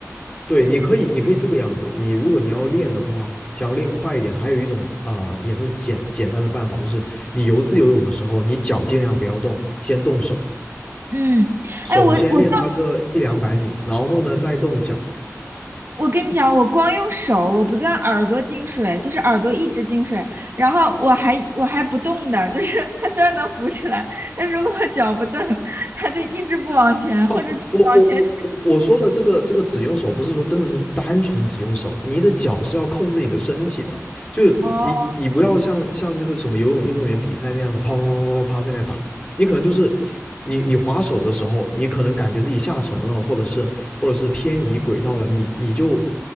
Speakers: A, on the left; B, on the right.
A: 对你可以你可以这个样子。你如果你要练的话，想要练快一点，还有一种啊、呃也是简简单的办法，就是你游自由泳的时候，你脚尽量不要动，先动手，
B: 嗯，
A: 首先练它个一两百米，
B: 哎，我我
A: 然后呢再动脚，
B: 我跟你讲，我光用手，我不断耳朵进水，就是耳朵一直进水，然后我还我还不动的，就是 <laughs> 它虽然能浮起来，但是如果我脚不动，它就一直不往前，
A: 哦，
B: 或者往前，
A: 我我我我我说的这个这个只用手，不是说真的是单纯只用手，你的脚是要控制你的身体的，就是你你不要像像那个什么游泳运动员比赛那样的啪啪啪啪啪在那打，
B: 哦
A: 你可能就是你你划手的时候，你可能感觉自己下沉了，或者是或者是偏移轨道了，你你就